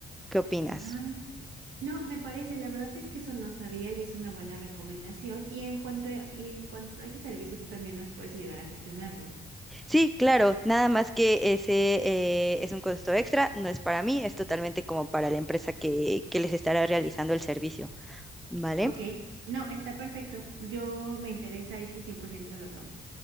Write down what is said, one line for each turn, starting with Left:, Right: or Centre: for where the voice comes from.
Centre: ¿Qué opinas?
Right: Ah, no, me parece, la verdad es que eso no sabía y es una buena recomendación. Y en cuanto a, y en cuanto a ese servicio, tú también nos puedes ayudar a gestionarlo.
Centre: Sí, claro, nada más que ese eh, es un costo extra, no es para mí, es totalmente como para la empresa que, que les estará realizando el servicio, ¿vale?
Right: Ok, no, está perfecto. Yo me interesa eso y 100% lo tomo.